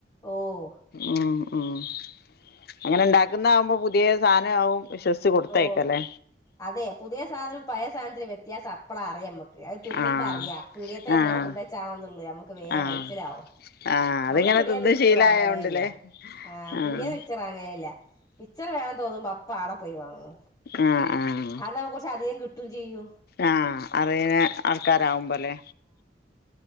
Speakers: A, on the left; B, on the left.
A: ഓഹ്
B: ഉം ഉം അങ്ങനെ ഉണ്ടാക്കുന്ന ആകുമ്പോ പുതിയ സാധനാവും വിശ സിച്ച് കൊടുത്തയിക്കാല്ലേ
A: ഓ അതെ പുതിയ സാധനം പഴയ സാധനത്തിനും വ്യത്യാസ അപ്പള അറിയാംമ്മക്ക് അത് തിന്നുമ്പം
B: ആഹ്
A: അറിയാം പീടിയത്തെ എന്നോ
B: ആഹ്
A: കൊണ്ട വച്ചാണോന്നുള്ളേ നമ്മുക്ക് വേഗം
B: ആഹ്
A: മനസ്സിലാവും
B: ആഹ് അതിങ്ങനെ
A: നമ്മള് പീടിയന്ന്
B: തിന്ന്
A: മിച്ചറു
B: ശീലായോണ്ടല്ലേ
A: വാങ്ങലെ ഇല്ല ആ
B: ആഹ്
A: പിടിയന്ന് മിച് മിച്ചർ വാങ്ങലില്ല മിച്ചർ വേണന്ന് തോന്നുമ്പോ അപ്പ ആടെ പോയി വാങ്ങു
B: ആഹ് ആഹ്
A: അതാവുമ്പോ കുറച്ച് അധികം കിട്ടും ചെയ്യും
B: ആഹ് അറിയന ആൾക്കാരാവുമ്പോ അല്ലെ